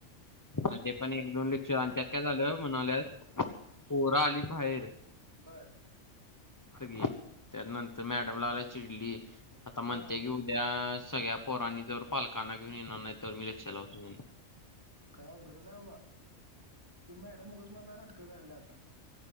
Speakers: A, on the left; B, on the right.
A: आणि ते पण एक, दोन लेक्चर आणि त्यात काय झालं म्हणाल्यात, पोरं आली बाहेर
B: बरं.
A: सगळी. त्यानंतर मॅडमला आला चिडली, आता म्हणते
B: हा
A: घेऊ त्या सगळ्या पोरांनी जर पालकांना घेऊन येणार नाही, तर मी लेक्चरला बसू देणारं
B: काय अवघडचे बाबा. ती मॅडम उगच मधे नाटकं काढल्या आता.